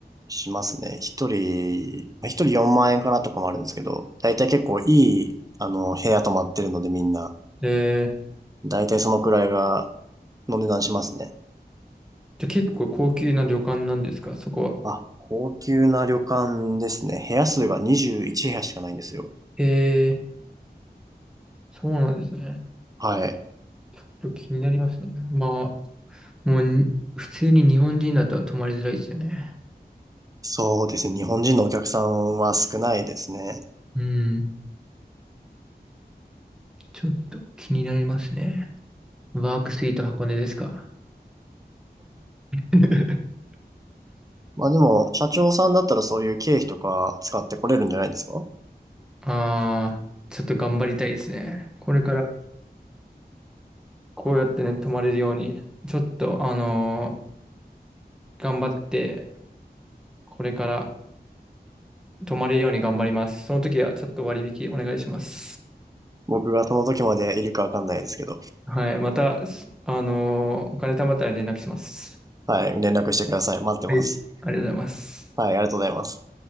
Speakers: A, on the right; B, in the centre.
A: しますね。一人、まあ一人4万円かなとかもあるんですけど、だいたい結構いい、あの、部屋泊まってるのでみんな、
B: えー
A: だいたいそのくらいが、の値段しますね。
B: じゃあ結構高級な旅館なんですか、そこは。
A: あ、高級な旅館ですね。部屋数が21部屋しかないんですよ。
B: ええ、そうなんですね。
A: はい。
B: ちょっと気になりますね。まあ、もうに普通に日本人だと泊まりづらいですよね。
A: そうですね。日本人のお客さんは少ないですね。
B: うん、ちょっと気になりますね。ワークスイート箱根ですか。<laughs>
A: まあでも、社長さんだったらそういう経費とか使ってこれるんじゃないですか
B: ああ、ちょっと頑張りたいですね。これからこうやってね、泊まれるように、ちょっと、あのー頑張って、これから泊まれるように頑張ります。その時はちょっと割引お願いします。
A: 僕がその時までいるかわかんないですけど。
B: はい。また、すあのーお金貯まったら連絡します。
A: はい。連絡してください。待ってます。
B: はいありがとうございます。
A: はい。ありがとうございます。